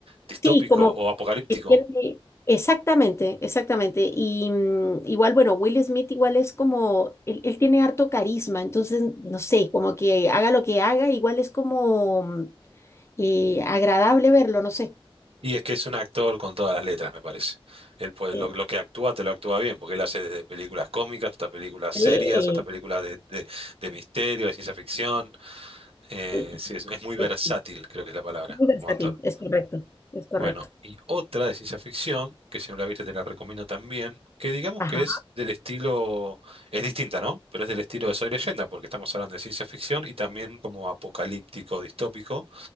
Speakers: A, on the right; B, on the left.
A: distópico
B: Sí, como
A: o apocalíptico?
B: que tiene, exactamente, exactamente. Y mm, igual, bueno, Will Smith igual es como, él, él tiene harto carisma, entonces, no sé, como que haga lo que haga, igual es como mm, eh, agradable verlo, no sé.
A: Y es que es un actor con todas las letras, me parece. Él puede,
B: Sí,
A: lo, lo que actúa, te lo actúa bien, porque él hace desde películas cómicas hasta películas serias,
B: sí,
A: hasta películas de, de de misterio, de ciencia ficción. Eh,
B: sí,
A: sí, es, es muy versátil,
B: es
A: creo que es la palabra,
B: muy versátil,
A: como actor.
B: es correcto, es correcto.
A: Bueno, y otra de ciencia ficción, que si no la viste te la recomiendo también, que digamos
B: Ajá,
A: que es del estilo, es distinta, ¿no? Pero es del estilo de Soy Leyenda, porque estamos hablando de ciencia ficción y también como apocalíptico, distópico.